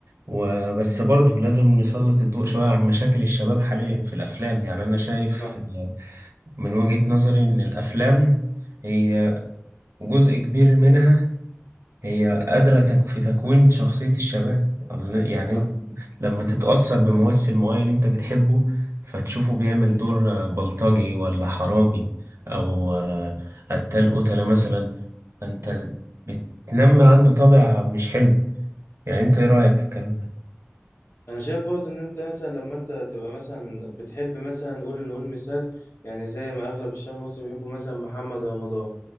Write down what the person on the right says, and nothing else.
وبس برضه لازم نسلط الضوء شوية عن مشاكل الشباب حاليا في الأفلام يعني أنا شايف
من وجهة نظري إن الأفلام هي جزء كبير منها هي قادرة تك- في تكوين شخصية الشباب يعني
أنت لما تتأثر بممثل معين أنت بتحبه فتشوفه بيعمل دور بلطجي ولا حرامي أو قتال قتلة مثلا فأنت بتنمي عنده طابع مش حلو يعني أنت إيه رأيك في الكلام ده؟